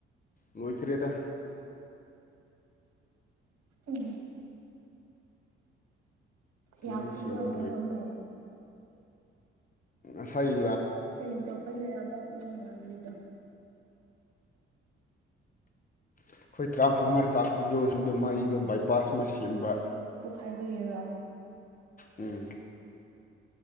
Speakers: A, on the left (about 25°); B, on the right (about 55°).
A: ꯃꯣꯏ ꯈꯔꯤꯦꯗ
B: ꯎ ꯌꯥ
A: ꯃꯩ
B: ꯀꯕꯃ
A: ꯁꯦꯝꯕ ꯁꯩ
B: ꯀꯔꯤ ꯇꯒꯤꯦꯔꯕ ꯃꯩ ꯌꯥꯎꯗ꯭ꯔꯤꯗꯣ
A: ꯑꯩꯈꯣꯏ ꯇ꯭ꯔꯥꯟꯐꯣꯔꯃꯔ ꯆꯥꯛꯄꯗꯣ ꯁꯣꯨꯝꯗ ꯃꯩꯗꯣ ꯕꯥꯏ ꯄꯥꯁ ꯑꯃ ꯁꯦꯝꯕ
B: ꯍꯥꯏꯕꯒꯤꯔꯣ
A: ꯎꯝ